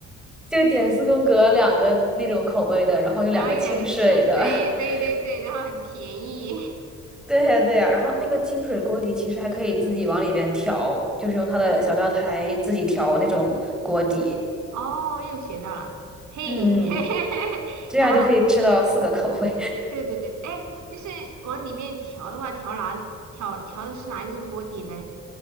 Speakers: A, in the centre; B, on the right.
A: 就点四宫格两个那种口味的，然后有两个清水的。
B: 然后有两个汽水，
A: <laughs>
B: 对对对，然后很便宜。<laughs>
A: 对呀，对呀，然后那个清水锅底其实还可以自己往里边调，就是用它的小料台自己调那种锅底。
B: 哦，又学到了，嘿，
A: 嗯，
B: <laughs>
A: 这样就可以吃到四个口味
B: 然后。对对对对，哎，就是往里面调的话，调哪调调的是哪一种锅底嘞？